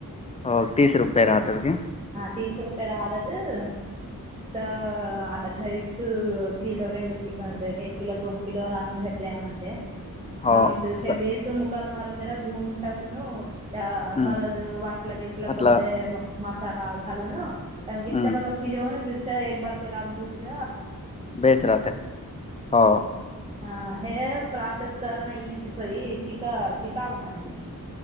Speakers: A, on the left; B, on the right.
A: हो तीस रुपये राह तर काय
B: तिस रुपये राहत्यात अ त आत घरीच अ--किलो रेडू किलो राहुदे एक किलो दोन किलो लाणून घेतल्या म्हणून ते
A: हो
B: हमेचथे
A: स
B: बेसो मु काल मारून जरा धुऊन टाकून हो. त्या
A: हम्म
B: हरद वाटला भेटला
A: मतलब
B: तुमले म मासा बाल हालून विरच्या
A: हम्म
B: बघा फि जाऊ ना <unintelligible> त एक बार त्याला भुजल
A: बेस राहात हो
B: हा हे प्रोसेस करणं इझीचय शिक शिकाव म तुम्ही